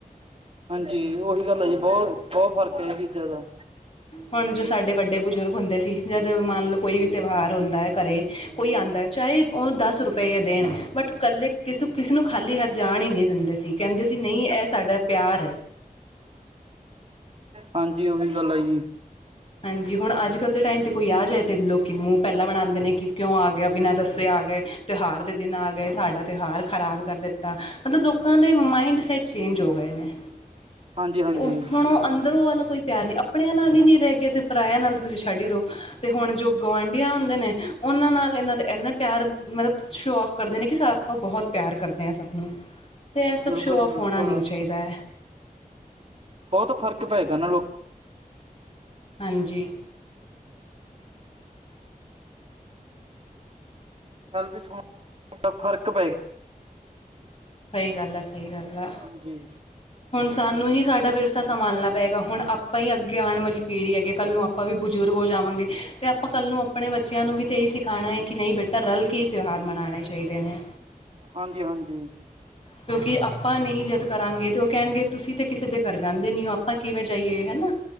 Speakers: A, on the right; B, on the left.
A: ਹਾਂਜੀ, ਉਹੀ ਗੱਲ ਹੈ। ਬਹੁਤ, ਬਹੁਤ ਫ਼ਰਕ ਹੈ ਇਹ ਚੀਜ਼ਾਂ ਦਾ।
B: ਹੁਣ ਜੋ ਸਾਡੇ ਵੱਡੇ ਬਜ਼ੁਰਗ ਹੁੰਦੇ ਸੀ। ਜਦ ਮੰਨ ਲੋ ਕੋਈ ਵੀ ਤਿਉਹਾਰ ਹੁੰਦਾ ਏ ਘਰੇ ਕੋਈ ਆਂਦਾ ਏ ਚਾਹੇ ਓ ਦਸ ਰੁਪਈਏ ਦੇਣ ਬਟ ਕੱਲੇ ਕਿਸ ਕਿਸੇ ਨੂੰ ਖਾਲੀ ਹੱਥ ਜਾਣ ਈ ਨੀ ਦਿੰਦੇ ਸੀ। ਕਹਿੰਦੇ ਸੀ ਨਹੀਂ ਇਹ ਸਾਡਾ ਪਿਆਰ ਐ।
A: ਹਾਂਜੀ ਓਹੀ ਗੱਲ ਆਜੀ।
B: ਹਾਂਜੀ। ਹੁਣ ਅੱਜ ਕੱਲ੍ਹ ਦੇ ਟਾਈਮ ਤੇ ਕੋਈ ਆ ਜਾਏ ਤੇ ਲੋਕੀ ਮੂੰਹ ਪਹਿਲਾਂ ਬਣਾਉਂਦੇ ਨੇ ਕਿ ਕਿਉਂ ਆ ਗਿਆ? ਬਿਨਾਂ ਦੱਸੇ ਆ ਗਏ। ਤਿਉਹਾਰ ਦੇ ਦਿਨ ਆ ਗਏ। ਸਾਡਾ ਤਿਉਹਾਰ ਖਰਾਬ ਕਰ ਦਿੱਤਾ। ਮਤਲਬ ਲੋਕਾਂ ਦੇ ਮਾਇੰਡ ਸੈ ਚੇਂਜ ਹੋ ਗਏ ਨੇ।
A: ਹਾਂਜੀ ਹਾਂਜੀ।
B: ਉਹ ਹੁਣ ਉਹ ਅੰਦਰੋਂ ਵਾਲਾ ਕੋਈ ਪਿਆਰ ਨੀ ਆਪਣਿਆਂ ਨਾਲ ਹੀ ਨਹੀਂ ਰਹਿ ਗਿਐ ਤੇ ਪਰਾਇਆਂ ਨਾਲ ਤਾਂ ਤੁਸੀਂ ਛੱਡ ਈ ਦਿਓ। ਤੇ ਹੁਣ ਜੋ ਗੁਆਂਢੀਆਂ ਹੁੰਦੇ ਨੇ। ਉਨਾਂ ਨਾਲ ਇਨਾਂ ਦੇ ਐਨੇ ਪਿਆਰ ਮਤਲਬ ਸ਼ੋਅ ਆਫ ਕਰਦੇ ਨੇ ਕਿ ਆਪਾਂ ਬਹੁਤ ਪਿਆਰ ਕਰਦੇ ਹਾਂ ਸਭ ਨੂੰ। ਤੇ ਇਹ ਸਭ
A: ਬਿਲਕੁਲ
B: ਸ਼ੋਅਓਫ
A: ਜੀ ਬਿਲਕੁਲ
B: ਹੋਣਾ ਨਹੀਂ ਚਾਹੀਦੇ।
A: ਬਹੁਤ ਫ਼ਰਕ ਪਏਗਾ ਨਾ ਲੋਕ
B: ਹਾਂਜੀ।
A: ਚੱਲ ਵੀ <unintelligible> ਫ਼ਰਕ ਪਏ
B: ਸਹੀ ਗੱਲ ਆ, ਸਹੀ ਗੱਲ ਆ।
A: ਹਾਂਜੀ,
B: ਹੁਣ ਸਾਨੂੰ ਹੀ ਸਾਡਾ ਵਿਰਸਾ ਸੰਭਾਲਣਾ ਪਏਗਾ, ਹੁਣ ਆਪਾਂ ਈ ਅੱਗੇ ਆਣ ਵਾਲੀ ਪੀੜ੍ਹੀ ਹੈਗੀ, ਕੱਲ੍ਹ ਨੂੰ ਆ ਪਾਂ ਵੀ ਬਜ਼ੁਰਗ ਹੋ ਜਾਵਾਂਗੇ, ਤੇ ਆਪਾਂ ਕੱਲ ਨੂੰ ਅਪਣੇ ਬੱ ਬੱਚਿਆਂ ਨੂੰ ਵੀ ਤੇ ਇਹੀ ਸਿਖਾਣਾ ਏ ਕਿ, ਨਹੀਂ ਬੇਟਾ ਰਲਕੇ ਹੀ ਤਿਉਹਾਰ ਮਨਾਣੇ ਚਾਹੀਦੇ ਨੇ।
A: ਹਾਂਜੀ-ਹਾਂਜੀ।
B: ਕਿਉਂਕਿ ਆਪਾਂ ਨਹੀਂ ਜਦ ਕਰਾਂਗੇ, ਤਾਂ ਉਹ ਕਹਿਣਗੇ ਤੁਸੀਂ ਤੇ ਕਿਸੇ ਦੇ ਘਰ ਜਾਂਦੇ ਨੀ ਓ, ਆਪਾਂ ਕਿਵੇਂ ਜਾਈਏ ਹੈਨਾ।